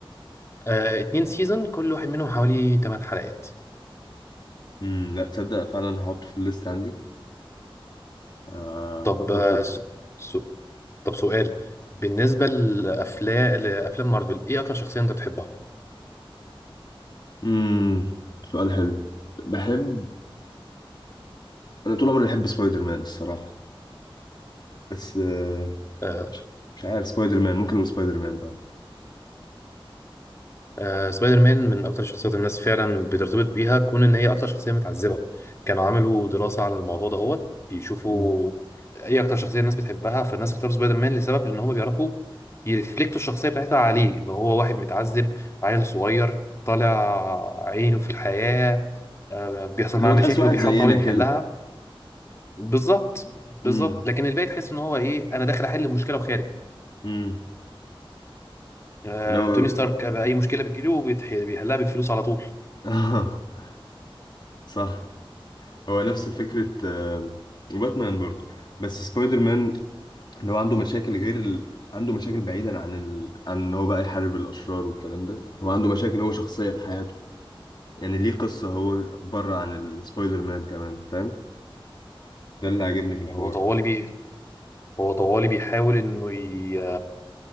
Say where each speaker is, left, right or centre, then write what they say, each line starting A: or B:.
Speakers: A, on the left; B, on the left.
A: آه، اتنين سيزون كل واحد منهم حوالي 8 حلقات
B: امم لا تصدق فعلا هحطه في الليست عندي آه،
A: طب
B: هفكر
A: آه
B: اشوف
A: سو سو طب سؤال بالنسبة لأفلام لأفلام مارفل إيه أكتر شخصية أنت بتحبها؟
B: امم سؤال حلو بحب انا طول عمري بحب سبايدر مان الصراحه بس آه،
A: آه،
B: مش مش عارف سبايدر مان ممكن نقول سبايدر مان اه
A: آه، سبايدر مان من اكتر الشخصيات الناس فعلا بترتبط بيها كون ان هي اكتر شخصيه متعذبه كانوا عملوا دراسه على الموضوع ده هو بيشوفوا
B: مم.
A: ايه اكتر شخصيه الناس بتحبها فالناس اختاروا سبايدر مان لسبب ان هم بيعرفوا يرفلكتوا الشخصيه بتاعتها عليه ان هو واحد متعذب عيل صغير طالع عينه في الحياه آه، بيحصل
B: اللي
A: معاه
B: هو
A: مشاكل
B: تحس واحد
A: وبيحاول
B: زينا
A: طبعا يحلها
B: كده
A: بالظبط بالظبط
B: امم
A: لكن الباقي تحس ان هو ايه انا داخل احل مشكله وخارج
B: امم
A: آه،
B: اللي هو
A: توني ستارك بقى اي مشكله بتجيله بيتح- بيحلها بالفلوس على طول
B: <laughs> صح هو نفس فكره آه، باتمان برضه بس سبايدر مان اللي هو عنده مشاكل غير ال... عنده مشاكل بعيدا عن ال... عن ان هو بقى يحارب الاشرار والكلام ده هو عنده مشاكل هو شخصيه في حياته يعني ليه قصة هو بره عن السبايدر مان كمان فاهم ده اللي عاجبني في الحوار
A: هو طوالي بيه هو طوالي بيحاول انه ي-